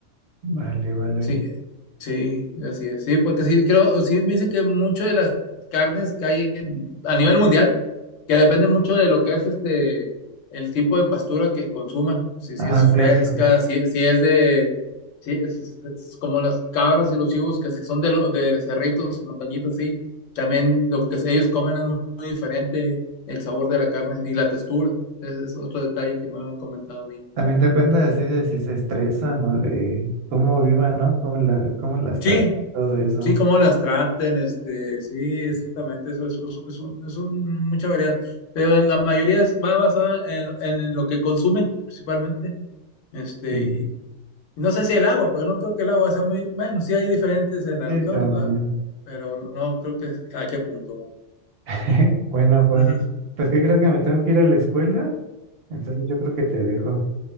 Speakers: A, on the right; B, on the left.
A: vale, vale.
B: Sí, sí, así es. Sí, porque sí, creo, sí me dicen que mucho de las carnes que hay en- a nivel mundial, que depende mucho de lo que es este, el tipo de pastura que consuman. Si,
A: Ah,
B: si es fresca,
A: cierto.
B: si, si es de, si es, es- es como las cabras y los chivos, que si son de, lo- de cerritos y montañitas, sí. También lo que ellos comen es muy, muy diferente el sabor de la carne y la textura. Ese es otro detalle que me han comentado a mí.
A: También depende así de si se estresan o de cómo vivan, ¿no? Cómo la, cómo las
B: Sí,
A: tratan, todo eso.
B: Sí, cómo las traten, este, sí, exactamente, eso es, es- es un- es un- mucha variedad, pero en la mayoría es- va basada en, en lo que consumen principalmente, este,
A: Sí,
B: y, y no sé si el agua, pero no creo que el agua sea muy, bueno, sí hay diferentes en las
A: sí,
B: regiones,
A: también.
B: va, pero no, no creo que a qué punto va.
A: <laughs> Bueno, Juan,
B: <laughs>
A: pues ¿qué crees que me tengo que ir a la escuela? Entonces yo creo que te dejo.